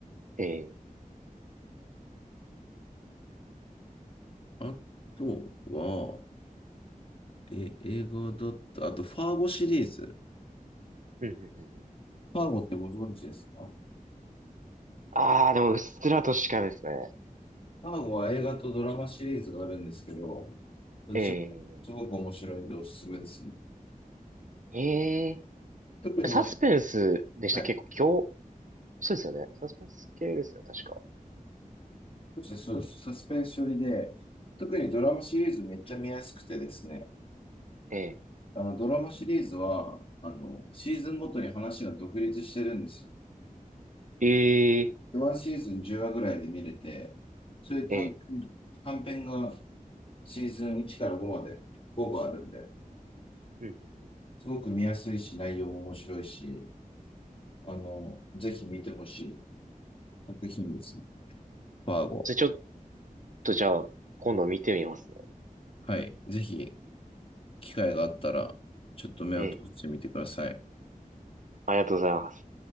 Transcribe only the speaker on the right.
ええ、
うん、うん、うん。うん
ああ、でも、うっすらとしかですね。
ええ、ええ。
サスペンスでした。
結構今日、そうですよね。サスペンス系ですよ、確か。
ええ。
ええ。
ええ。
うんうんうん。
じゃあちょっとじゃあ、今度見てみますね。
ええ。ありがとうございます。